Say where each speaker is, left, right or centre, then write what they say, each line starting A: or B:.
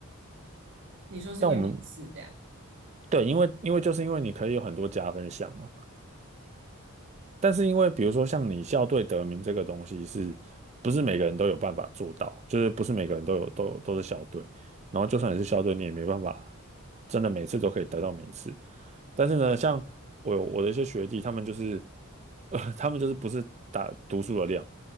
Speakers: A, on the right; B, on the right.
A: 你说是因为面试这样。
B: 但我们对，因为因为就是因为你可以有很多加分项嘛。但是因为比如说像你校队得名这个东西是，不是每个人都有办法做到？就是不是每个人都有都有都是校队，然后就算你是校队，你也没办法真的每次都可以得到名次。但是呢，像我有我的一些学弟，他们就是，呃，他们就是不是打读书的料，